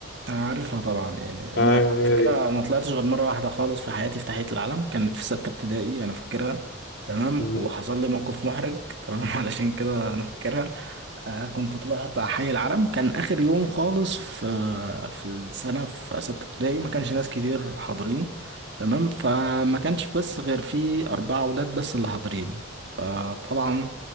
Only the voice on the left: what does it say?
ايوه
هي دي
مم.